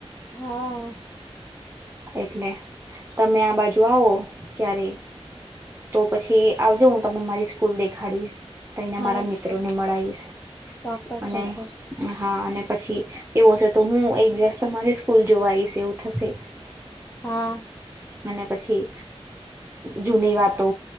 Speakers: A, on the left (about 20°); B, on the right (about 20°).
A: હા
B: એટલે તમે આ બાજુ આવો ક્યારે તો પછી આવજો હું તમને મારી સ્કૂલ દેખાડીશ તને
A: હા
B: મારા મિત્રો ને મળાઈશ
A: ચોક્કસ
B: અને
A: ચોક્કસ
B: હા અને પછી એવું હશે તો હું એક દિવસ તમારી સ્કૂલ જોવા આવીઈશ થશે
A: હા
B: અને પછી જૂની વાતો